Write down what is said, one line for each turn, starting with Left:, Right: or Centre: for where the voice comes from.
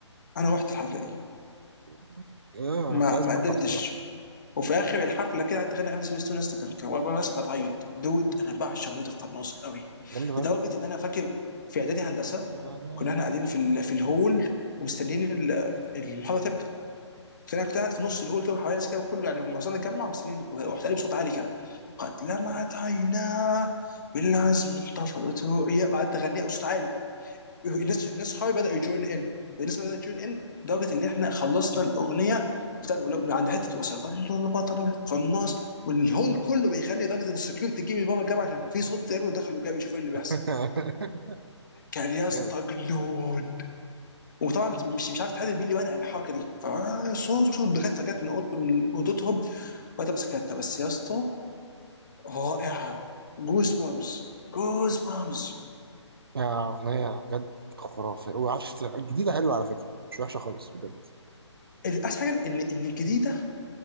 Left: انا رحت الحفله دي
Right: <laughs> ايه
Left: ما
Right: انا كنت عايز
Left: ما
Right: اروحها
Left: قدرتش
Right: بصراحة
Left: وفي اخر الحفله كده قعدت تغني اغاني سبيس تون لسه كان كان والله الناس كانت هتعيط دود انا بعشق اغنيه القناص قوي
Right: جامدة
Left: لدرجه
Right: فشخ
Left: ان انا فاكر في اعدادي هندسه
Right: <laughs> قد لمعت عيناه.
Left: كنا احنا قاعدين في ال- في الهول ومستنيين ال- المحاضره تبدا فانا كنت قاعد في نص الهول كده وحواليا ناس كده وكله يعني معظمنا اتجمع ومستنيين ورحت قايل بصوت عالي كده قد لمعت عيناه بالعزم انتفضت رؤيا وقعدت اغنيها بصوت عالي الناس الناس صحابي بداوا يجوين ان الناس بدات تجوين ان لدرجه ان احنا خلصنا الاغنيه بتاعت عند حته وسيظل البطل القناص والهول كله بيغني لدرجه ان السكيورتي جه من بابا الجامعه عشان في صوت جامد ودخلوا جابوا يشوفوا ايه اللي
Right: <laughs>
Left: بيحصل كان يا اسطى
Right: جامد
Left: جنون وطبعا مت- مش مش عارف تحدد مين اللي بدأ الحركه دي فصوت صوت الدكاتره جت من اوضه من اوضتهم وقتها مسكتها بس يا اسطى رائعه جوز بامز جوز بامز
Right: يا أغنية بجد خرافية وعشت الجديدة حلوة على فكرة مش وحشة خالص بجد
Left: احسن حاجه ان ان الجديده